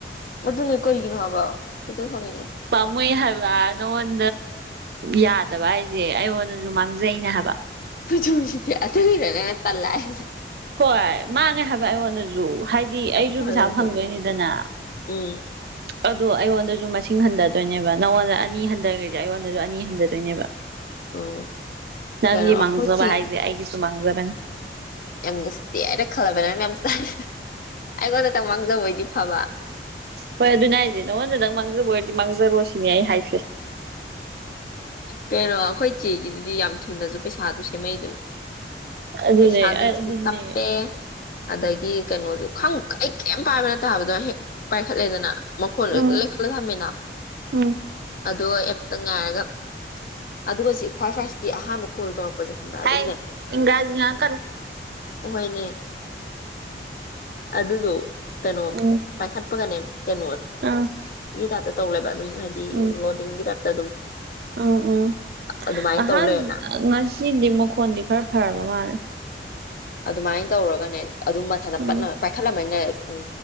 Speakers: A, on the left (about 50°); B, on the right (about 60°).
A: ꯃꯗꯨꯅꯦ ꯀꯩꯒꯤꯅꯣ ꯍꯥꯏꯕ ꯁꯥꯎꯅꯤꯡꯉꯦ
B: ꯄꯃꯨꯣꯏ ꯍꯜꯋꯥ ꯅꯣ ꯑꯣꯟ ꯌꯥꯗꯕ ꯍꯥꯏꯁꯦ ꯑꯩꯉꯣꯟꯗꯁꯨ ꯃꯥꯡꯖꯩꯅꯦ ꯍꯥꯏꯕ
A: ꯍꯧꯁꯤ ꯑꯗꯨꯅꯦꯅ ꯇꯜꯂꯁꯦ
B: ꯍꯣꯏ ꯃꯥꯡꯉꯦ ꯍꯥꯏꯕ ꯑꯩꯉꯣꯟꯗꯁꯨ ꯍꯥꯏꯗꯤ
A: ꯌꯥꯝ
B: ꯑꯩꯁꯨ
A: ꯐꯔꯣꯏꯗꯣꯔꯤ
B: ꯄꯩꯁꯥ ꯐꯪꯗꯣꯏꯅꯤꯗꯅ
A: ꯎꯝ
B: ꯑꯗꯣ ꯑꯩꯉꯣꯟꯗꯁꯨ ꯃꯁꯤꯡ ꯍꯟꯊꯗꯣꯏꯅꯦꯕ ꯅꯪꯉꯣꯟꯗ ꯑꯅꯤ ꯍꯟꯊꯈ꯭ꯔꯤꯁꯦ ꯑꯩꯉꯣꯟꯗꯁꯨ ꯑꯅꯤ ꯍꯟꯊꯗꯣꯏꯅꯦꯕ
A: ꯎꯝ
B: ꯅꯪꯒꯤ
A: ꯀꯩꯅꯣ ꯑꯩꯈꯣꯏ
B: ꯃꯥꯡꯖꯕ
A: ꯆꯦꯒꯤ
B: ꯍꯥꯏꯁꯦ ꯑꯩꯒꯤꯁꯨ ꯃꯥꯡ ꯕꯅꯤ
A: ꯌꯥꯝ ꯅꯨꯡꯁꯤꯇꯦ ꯍꯥꯏꯅ ꯈꯜꯂꯕ ꯅꯪꯅ ꯌꯥꯝ ꯆ ꯑꯩꯉꯣꯟꯗꯇꯪ ꯃꯥꯡꯖꯕꯣꯏꯗꯤ ꯐꯕ
B: ꯍꯣꯏ ꯑꯗꯨ ꯅ ꯍꯥꯏꯁꯦ ꯅꯉꯣꯟꯗꯪ ꯃꯥꯡꯖꯕꯗꯤ ꯃꯥꯡꯖꯔꯣ ꯁꯤꯅꯤ ꯍꯥꯏꯦ
A: ꯀꯩꯅꯣ ꯑꯩꯈꯣꯏ ꯏ ꯆꯦꯒꯤꯗꯨꯗꯤ ꯌꯥꯝ ꯊꯨꯅꯁꯨ ꯄꯩꯁꯥꯗꯨ ꯁꯦꯝꯃꯛꯩꯗꯨꯅꯤ
B: ꯑꯗꯨꯅꯦ
A: ꯄꯩꯁꯥꯗꯁꯨ
B: ꯑꯗꯨꯅꯦ
A: ꯇꯞꯄꯦ ꯑꯗꯒꯤ ꯀꯩꯅꯣꯗꯨ ꯈꯪ ꯀꯩ ꯀꯔꯤꯝ ꯄꯥꯏꯕꯅ ꯇꯥꯕꯗꯣ ꯍꯦꯛ ꯄꯥꯏꯈꯠꯂꯦꯗꯅ ꯃꯈꯣꯟ
B: ꯎꯝ
A: ꯂꯩ ꯈꯠꯂ ꯊꯝꯃꯤꯅ
B: ꯎꯝ
A: ꯑꯗꯣ ꯑꯦꯞꯇ ꯉꯥꯏꯔꯒ ꯑꯗꯨꯒ ꯁꯤ ꯈ꯭ꯋꯥꯏ ꯐꯥꯏꯁꯀꯤ ꯑꯍꯥꯟꯕ ꯀꯣꯜ ꯇꯧꯔꯛꯄ ꯄꯁꯦ ꯈꯪꯕ꯭ꯔ ꯑꯗꯨꯝꯅꯦ
B: ꯍꯥꯏ ꯏꯪꯒ꯭ꯔꯥꯖꯤ ꯉꯥꯡꯉꯛꯀꯅꯨ
A: ꯑꯍꯣꯏꯅꯦ ꯑꯗ ꯇꯣ ꯀꯩꯅꯣ
B: ꯎꯝ
A: ꯄꯥꯏꯈꯠꯄꯒꯅꯦ ꯀꯩꯅꯣ
B: ꯑꯥ
A: ꯇ ꯇꯧꯂꯦꯕ ꯑꯗꯨꯝ ꯍꯥꯏꯗꯤ
B: ꯎꯝ
A: ꯂꯣꯗꯤꯡ ꯀꯇꯥ ꯇ ꯑꯗꯨꯝ
B: ꯎꯝ ꯎꯝ
A: ꯑꯗꯨꯃꯥꯏꯅ
B: ꯑꯍ
A: ꯇꯧ ꯂꯩꯔꯦꯅ
B: ꯁꯤꯗꯤ ꯃꯈꯣꯟꯗꯤ ꯈꯔ ꯐꯔꯕ ꯃꯥꯜꯂꯦ
A: ꯑꯗꯨꯃꯥꯏꯅ ꯇꯧꯔꯒꯅꯦ ꯑꯗꯨꯝ ꯃꯁꯥꯗ
B: ꯎꯝ
A: ꯄꯥꯏꯈꯠꯂꯝꯃꯅꯦ ꯎꯝ